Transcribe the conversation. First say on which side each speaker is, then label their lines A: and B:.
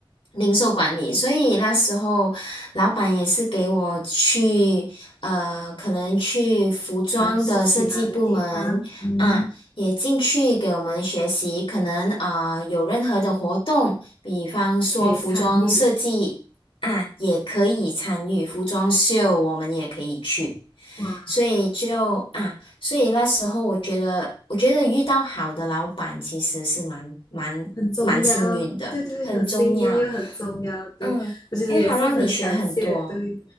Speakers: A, on the left; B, on the left.
A: 零售管理，所以那时候老板也是给我去，呃，可能去服装的设计部门啊，
B: 尝试其他的地方，嗯，
A: 也进去给我们学习，可能啊，有任何的活动，比方说服装设计啊，
B: 也可以参与。
A: 也可以参与服装秀，我们也可以去，
B: 哇，
A: 所以就啊。所以那时候我觉得，我觉得遇到好的老板其实是蛮蛮蛮幸运的，
B: 很重要，对对对，
A: 很重要。
B: 很幸运又很重要，对，
A: 嗯，
B: 我其实也是很感谢，
A: 因为好让你学很多
B: 对，